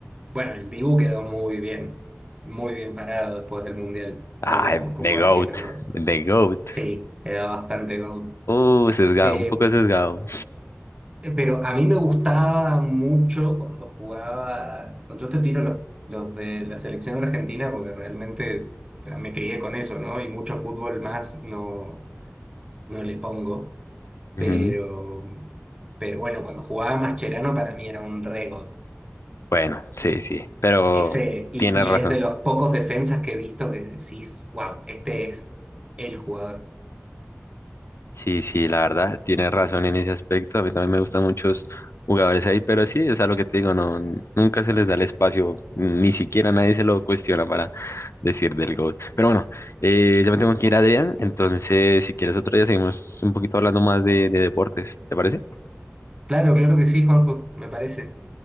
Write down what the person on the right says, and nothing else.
Bueno, el Dibu quedó muy bien, muy bien parado después del Mundial
como, como
arquero,
¿no?
Sí, quedó bastante gol.
Eh,
eh, pero a mí me gustaba mucho cuando jugaba, yo te tiro los, los de la selección argentina porque realmente o sea, me crié con eso, ¿no? Y mucho fútbol más no, no le pongo,
pero, pero bueno, cuando jugaba Mascherano para mí era un rego
Ese, y,
y
es de los pocos defensas que he visto que decís, wow, este es el jugador.
Claro, claro que sí, Juanjo, me parece.